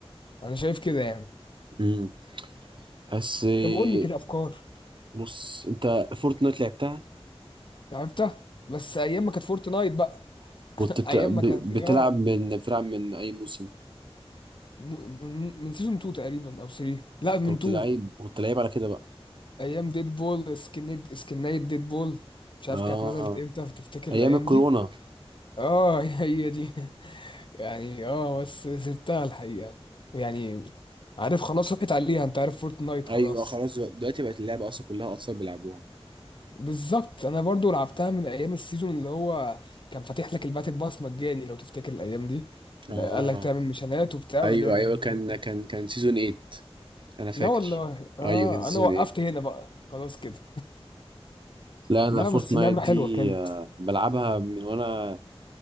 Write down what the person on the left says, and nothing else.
انا شايف كده يعني
طب قول لي كده افكار
عرفتها بس ايام ما كانت فورتنايت بقى
ايام
ما كانت
يا
م- من من سيزون 2 تقريبا او 3 لا
من
2
ايام ديد بول سكنيد سكنايت ديد بول مش عارف
كانت نزلت امتى تفتكر
الايام
دي اه <laughs> هي دي يعني اه بس سبتها الحقيقة يعني عارف خلاص راحت عليها انت عارف فورتنايت
خلاص
بالظبط انا برضو لعبتها من ايام السيزون اللي هو كان فاتح لك الباتل باس مجاني لو تفتكر الايام دي لا،
قال لك تعمل ميشنات وبتاع
ويجي لك
الباتل
باس
لا والله اه
انا وقفت
هنا بقى خلاص كده
لا
بس لعبة
حلوة كانت